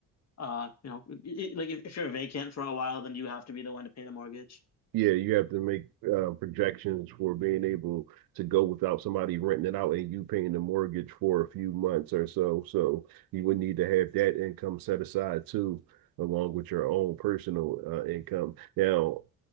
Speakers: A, on the left; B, on the right.
A: uh you know i- i- like if, if you're vacant for a while then you have to be the one to pay the mortgage.
B: Yeah, you have to make uh, projections for being able to go without somebody renting it out and you paying the mortgage for a few months or so. So you would need to have that income set aside too, along with your own personal uh, income. Now,